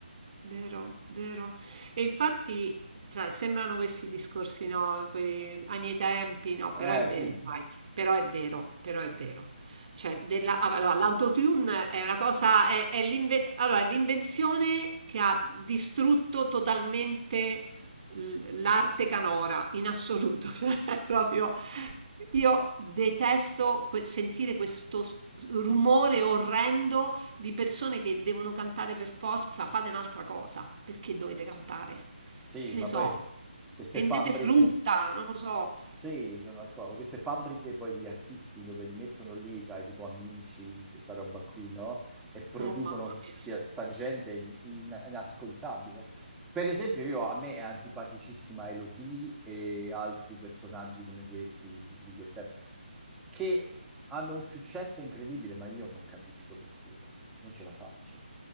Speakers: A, on the right (about 45°); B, in the centre.
A: Vero, vero. E infatti, cioè, sembrano questi discorsi, no? Quelli, ai miei tempi, no,
B: Eh
A: però è vero,
B: sì,
A: dai, però è vero, però è vero. Cioè, della, ah, allora, l'autotune è una cosa, è, è l'inve- allora, è l'invenzione che ha distrutto totalmente l- l'arte canora, in assoluto. <laughs> Cioè, è proprio, io detesto que- sentire questo s- rumore orrendo di persone che devono cantare per forza, fate un'altra cosa. Perché dovete cantare?
B: sì,
A: Che
B: ma
A: ne so,
B: poi
A: Sì.
B: queste
A: vendete
B: fabbriche.
A: frutta, non lo so.
B: Sì, sono d'accordo. Queste fabbriche poi di artisti dove li mettono lì, sai, tipo Amici, questa roba qui, no? E producono
A: Oh mamma
B: stia-
A: mia.
B: sta gente in- in- inascoltabile. Per esempio, io, a me è antipaticissima Elodie e altri personaggi come questi di quest'epoca, che hanno un successo incredibile, ma io non capisco perché, davvero. Non ce la faccio.